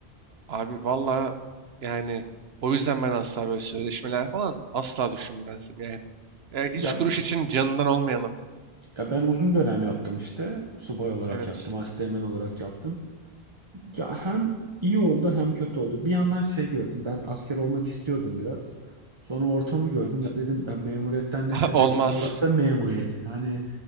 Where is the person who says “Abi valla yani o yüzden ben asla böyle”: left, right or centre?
Right